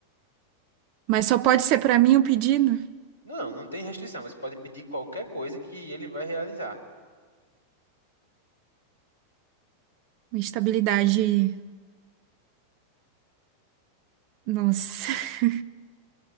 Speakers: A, on the right; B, on the left.
A: Mas só pode ser pra mim o pedido?
B: Não, não tem restrição. Você pode pedir qualquer coisa que ele vai realizar.
A: Uma estabilidade. Nossa. <laughs>